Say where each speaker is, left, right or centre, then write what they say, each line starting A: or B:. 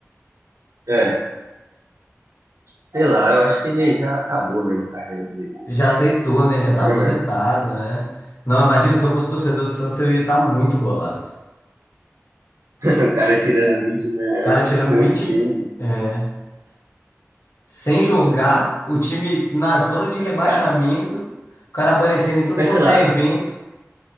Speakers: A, on the right; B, on the left.
A: É, sei lá, eu acho que ele já acabou mesmo a carreira dele.
B: Já aceitou, né? Já tá
A: Sério
B: aposentado,
A: mesmo.
B: né? Não, imagina se eu fosse torcedor do Santos, eu ia estar muito bolado.
A: <laughs> o cara tirando 20 milhões
B: O cara tirando
A: do seu
B: vinte
A: time,
B: é, sem jogar, o time na zona de rebaixamento,
A: cara.
B: o cara aparecendo em tudo
A: Mas
B: quanto
A: sei lá,
B: é evento.